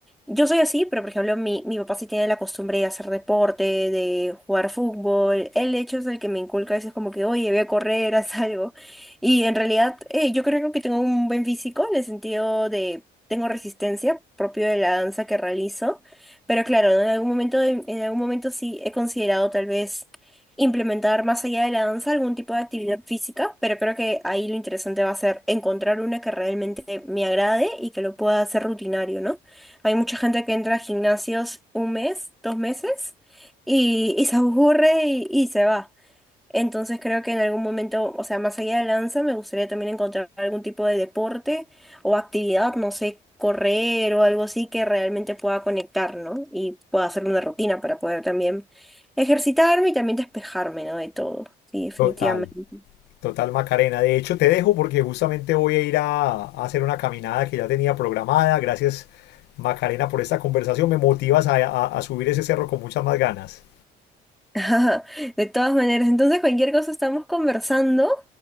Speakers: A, in the centre; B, on the left (about 80°).
A: yo soy así, pero por ejemplo, mi, mi papá sí tiene la costumbre de hacer deporte, de jugar fútbol. Él, de hecho, es el que me inculca a veces como que, oye, voy a correr, <laughs> haz algo. Y en realidad, eh, yo creo que tengo un buen físico en el sentido de, tengo resistencia propio de la danza que realizo. Pero claro, ¿no? En algún momento, en en algún momento sí he considerado tal vez implementar más allá de la danza algún tipo de actividad física, pero creo que ahí lo interesante va a ser encontrar una que realmente me agrade y que lo pueda hacer rutinario, ¿no? Hay mucha gente que entra a gimnasios un mes, dos meses y, y se aburre y, y se va. Entonces creo que en algún momento, o sea, más allá de danza, me gustaría también encontrar algún tipo de deporte o actividad, no sé, correr o algo así que realmente pueda conectar, ¿no? Y pueda hacer una rutina para poder también ejercitarme y también despejarme, ¿no? De todo. Sí, definitivamente.
B: Total, total Macarena. De hecho, te dejo porque justamente voy a ir a, a hacer una caminada que ya tenía programada. Gracias, Macarena, por esta conversación. Me motivas a, a- a subir ese cerro con muchas más ganas.
A: <laughs> De todas maneras, entonces cualquier cosa estamos conversando